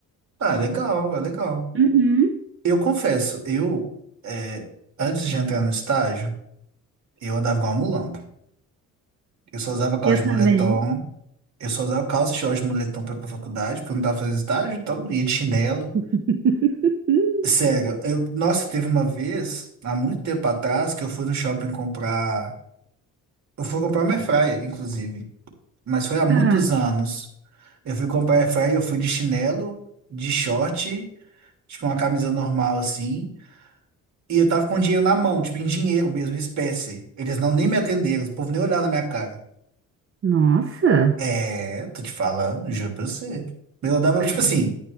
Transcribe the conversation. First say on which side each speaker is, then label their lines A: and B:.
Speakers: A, on the right; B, on the right.
A: Ah, legal, é legal.
B: Uhum,
A: Eu confesso, eu, é, antes de entrar no estágio, eu andava igual um mulambo. Eu só usava calça
B: eu
A: de
B: também.
A: moletom, eu só usava calça e short de moletom pra ir pra faculdade, porque eu não tava fazendo estágio, então ia de chinelo.
B: <laughs>
A: Sério, eu, nossa, teve uma vez, há muito tempo atrás, que eu fui no shopping comprar. Eu fui comprar uma airfryer, inclusive. Mas foi há muitos
B: Ah,
A: anos. Eu fui comprar airfryer, eu fui de chinelo, de short, tipo uma camisa normal assim. E eu tava com dinheiro na mão, tipo em dinheiro mesmo, em espécie. Eles não nem me atenderam, o povo nem olhava na minha cara.
B: nossa,
A: É, tô te falando, juro pra você. Eu dava,
B: credo.
A: tipo assim,